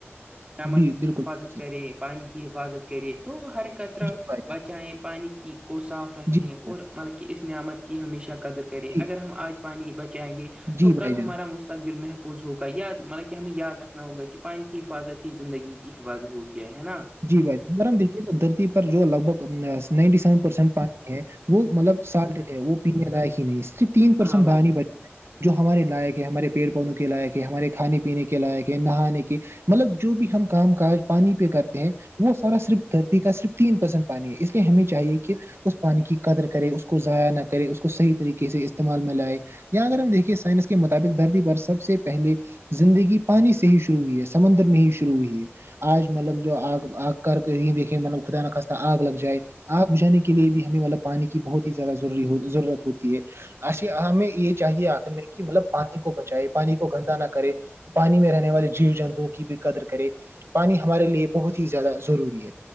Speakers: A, on the right; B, on the right.
A: نمد
B: جی
A: کی
B: بالکل
A: حفاظت
B: بالکل
A: کرے پانی کی حفاظت کرے تو حرکت
B: صحیح
A: طرح
B: جی بھائی جان
A: بچائیں پانی کی کو صاف رکھیں
B: جی بھائی
A: اور
B: جان
A: مطلب کہ اس نعمت کی ہمیشہ قدر کرے
B: جی
A: اگر ہم آج پانی بچائیں گے
B: جی
A: تو
B: بھائی
A: کل ہمارا
B: جان
A: مستقبل محظ محفوظ ہوگا یا مطلب کہ ہمیں یاد رکھنا ہوگا کہ پانی کی حفاظت ہی زندگی کی حفاظت ہوتی ہے نا
B: جی بھائی اگر ہم دیکھیے تو دھرتی پر جو لگ بھگ ننٹی سیون پرسینٹ پانی ہے وہ مطلب سالٹ ہے وہ پینے لائق ہی نہیں صرف تین پرسینٹ
A: ہاں بھائی
B: بانی
A: جان
B: بچ جو ہمارے لائق ہیں ہمارے پیڑ پودوں کے لائق ہیں ہمارے کھانے پینے کے لائق ہیں نہانے کے مطلب جو بھی ہم کام کاج پانی پہ کرتے وہ صرف دھرتی کا صرف تین پرسنٹ پانی ہے اس لیے ہمیں چاہیے کہ اس پانی کی قدر کرے اس کو ضائع نہ کرے اس کو صحیح طریقے سے استعمال میں لائے اں اگر ہم دیکھیے سائنس کے مطابق درد بھر سب سے پہلے زندگی پانی سے ہی شرو ہوئی ہے سمندر میں ہی شروع ہوئی ہے آج مطلب جو آگ آگ کر کے یہ دیکھیں مطلب خدا ن خستہ آگ لگ جائے آگ بجھانے کے لیے بھی ہمیں مطلب پانی کی بہت ہی زیادہضوری ہو ضرورت ہوتی ہے اش ہمیں یہ چاہیے آکھنے کہ مطلب پانی کو بچائے پانی کو گندا نہ کرے پانی میں رہنے والی جیو جنتوؤں کی بھی قدر کرے پانی ہمارے لیے بہت ہی زیادہ ضروری ہے